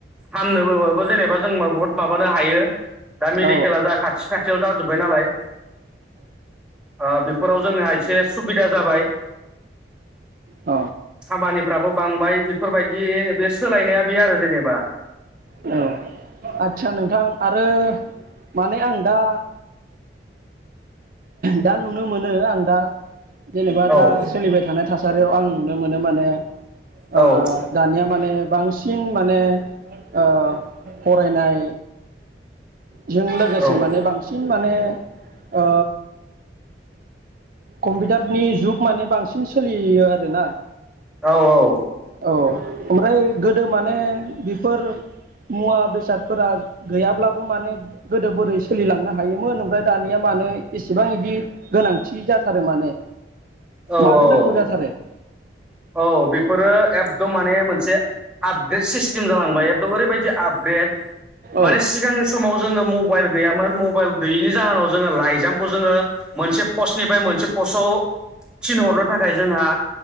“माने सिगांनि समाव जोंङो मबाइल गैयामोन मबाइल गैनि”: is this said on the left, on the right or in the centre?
Centre